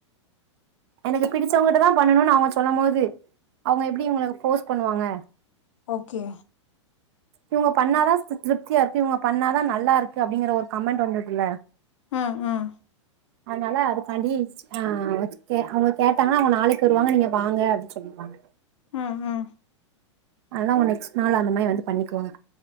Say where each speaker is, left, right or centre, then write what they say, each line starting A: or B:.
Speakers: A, on the right; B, on the left.
A: எனக்கு பிடிச்சவங்ககிட்ட தான் பண்ணணும்னு அவுங்க சொல்லும்மோது அவுங்க எப்டி அவுங்களக் ஃபோர்ஸ் பண்ணுவாங்க
B: ஓகே
A: இவுங்க பண்ணாதான் திருப்தியா இருக்கு இவுங்க பண்ணாதான் நல்லா இருக்கு அப்டிங்கிற ஒரு கமெண்ட் வந்திருக்குல்ல
B: ம் ம்
A: அதனால அதுக்காண்டி ஆ ஆ ஓகே அவுங்க கேட்டாங்கன்னா அவுங்க நாளைக்கு வருவாங்க நீங்க வாங்க அப்டின்னு சொல்லிருவாங்க
B: ம் ம்
A: அதனால அவுங்க நெஸ்ட் நாள் அந்த மாரி வந்து பண்ணிக்குவாங்க